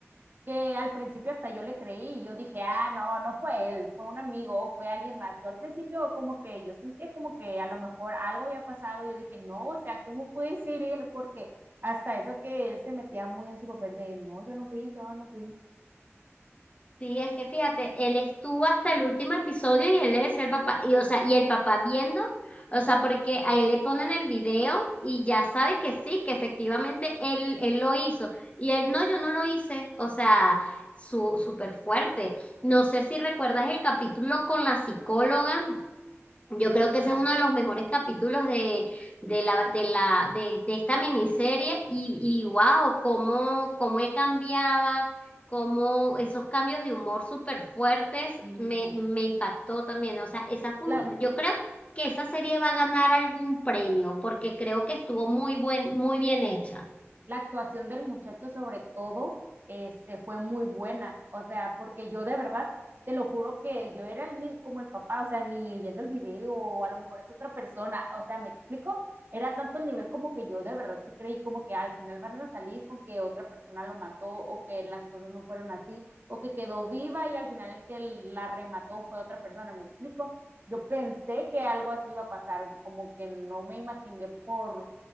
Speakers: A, on the right (about 45°); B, on the left (about 30°).
A: que al principio hasta yo le creí y yo dije, ah, no, no fue él, fue un amigo o fue alguien más. Yo al principio como que yo sentía como que a lo mejor algo había pasado y yo dije, no, o sea, ¿cómo puede ser él? Porque hasta eso que él se metía muy en su papel de, no, yo no fui, yo no fui.
B: Sí, es que fíjate, él estuvo hasta el último episodio y él le decía al papá, y o sea, y el papá viendo, o sea, porque a él le ponen el video y ya sabe que sí, que efectivamente él, él lo hizo. Y él, no, yo no lo hice, o sea, su, súper fuerte. No sé si recuerdas el capítulo con la psicóloga yo creo que
A: Ajá,
B: ese es uno de los mejores capítulos de, de la, de la, de, de esta miniserie y, y wow, cómo, cómo él cambiaba, cómo esos cambios de humor súper fuertes
A: sí.
B: me, me impactó también. ¿no? O sea, esa fue
A: La,
B: un- yo creo que esa serie va a ganar algún premio porque creo que estuvo muy buen, muy bien hecha.
A: la actuación del muchacho sobre todo este, fue muy buena, o sea, porque yo de verdad, te lo juro que yo era el como el papá, o sea, ni viendo el video, o a lo mejor es otra persona, o sea, me explico, era tanto el nivel como que yo de verdad sí creí como que al final van a salir con que otra persona lo mató o que las cosas no fueron así o que quedó viva y al final el que la remató fue otra persona, ¿me explico? Yo pensé que algo así iba a pasar, como que no me imaginé por